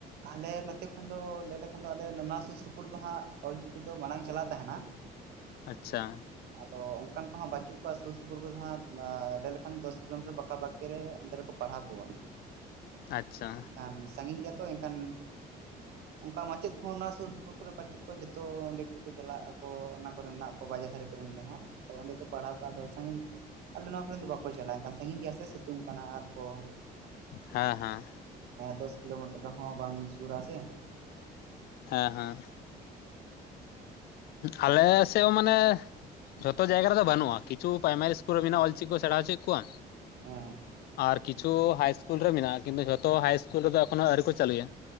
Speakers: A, on the right; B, on the left.
A: ᱟᱞᱮ ᱱᱚᱛᱮ ᱠᱷᱚᱱ ᱫᱚ ᱞᱟᱹᱭ ᱞᱮᱠᱷᱟᱱ ᱫᱚ ᱟᱞᱮ ᱱᱚᱣᱟ ᱥᱩᱨ ᱼ ᱥᱩᱯᱩᱨ ᱫᱚ ᱦᱟᱸᱜ ᱚᱞᱪᱤᱠᱤ ᱫᱚ ᱢᱟᱲᱟᱝ ᱪᱟᱞᱟᱜ ᱛᱟᱦᱮᱸᱱᱟ
B: ᱟᱪᱪᱷᱟ
A: ᱟᱫᱚ ᱚᱱᱠᱟᱱ ᱠᱚᱦᱚᱸ ᱵᱪᱩᱜ ᱠᱚᱣᱟ ᱥᱩᱨ ᱼ ᱥᱩᱯᱩᱨ ᱨᱮ ᱦᱟᱸᱜ ᱞᱟᱹᱭ ᱞᱮᱠᱷᱟᱱ ᱫᱚᱥ ᱠᱤᱞᱳᱢᱤᱴᱟᱨ ᱯᱟᱠᱟ ᱯᱟᱠᱤ ᱨᱮ ᱚᱱᱛᱮ ᱨᱮᱠᱚ ᱯᱟᱲᱦᱟᱣ ᱠᱚᱣᱟ
B: ᱟᱪᱪᱷᱟ
A: ᱮᱱᱠᱷᱟᱱ ᱥᱟᱺᱜᱤᱧ ᱜᱮᱭᱟ ᱛᱚ ᱮᱱᱠᱷᱟᱱ ᱚᱱᱠᱟ ᱢᱟᱪᱮᱫ ᱠᱚᱦᱚᱸ ᱱᱚᱣᱟ ᱥᱩᱨᱼᱥᱩᱯᱩᱨ ᱠᱚᱨᱮ ᱵᱟᱪᱩᱜ ᱠᱚᱣᱟ ᱡᱚᱛᱚ ᱚᱸᱰᱮ ᱠᱚᱠᱚ ᱪᱟᱞᱟᱜ ᱟᱠᱚ ᱚᱱᱟ ᱠᱚᱨᱮ ᱢᱮᱱᱟᱜ ᱠᱚᱣᱟ ᱵᱟᱡᱟᱨ ᱫᱷᱟᱨᱮ ᱠᱚ ᱨᱮᱱ ᱜᱮ ᱦᱟᱸᱜ ᱟᱫᱚ ᱚᱸᱰᱮ ᱠᱚ ᱯᱟᱲᱦᱟᱣ ᱠᱚᱣᱟ ᱥᱟᱺᱜᱤᱧ ᱟᱞᱮ ᱱᱚᱣᱟ ᱠᱚᱨᱮᱱ ᱫᱚ ᱵᱟᱠᱚ ᱪᱟᱞᱟᱜᱼᱟ ᱮᱱᱠᱷᱟᱱ ᱥᱟᱺᱜᱤᱧ ᱜᱮᱭᱟ ᱥᱮ ᱥᱤᱛᱩᱝ ᱠᱟᱱᱟ ᱟᱨ ᱠᱚ
B: ᱦᱮᱸ ᱦᱮᱸ
A: ᱫᱚᱥ ᱠᱤᱞᱳᱢᱤᱴᱟᱨ ᱨᱮ ᱦᱚᱸ ᱵᱟᱝ ᱥᱩᱨᱥᱮ
B: ᱦᱮᱸ ᱦᱮᱸ ᱟᱞᱮ ᱥᱮᱫ ᱦᱚᱸ ᱢᱟᱱᱮ ᱡᱷᱚᱛᱚ ᱡᱟᱭᱜᱟ ᱨᱮᱫᱚ ᱵᱟᱹᱱᱩᱜᱼᱟ ᱠᱪᱷᱩ ᱯᱨᱟᱭᱢᱟᱨᱤᱥᱠᱩᱞ ᱨᱮ ᱢᱮᱱᱟᱜ ᱚᱞᱪᱤᱠ ᱠᱚ ᱥᱮᱬᱟ ᱦᱚᱪᱚᱭᱮᱫ ᱠᱚᱣᱟ
A: ᱦᱮᱸ
B: ᱟᱨ ᱠᱤᱪᱷᱩ ᱦᱟᱭ ᱤᱥᱠᱩᱞ ᱨᱮ ᱢᱮᱱᱟᱜᱼᱟ ᱠᱤᱱᱛᱩ ᱡᱷᱚᱛᱚ ᱦᱟᱭ ᱤᱥᱠᱩᱞ ᱨᱮᱫᱚ ᱮᱠᱷᱳᱱᱳ ᱟᱹᱨᱤ ᱠᱚ ᱪᱟᱹᱞᱩᱭᱟ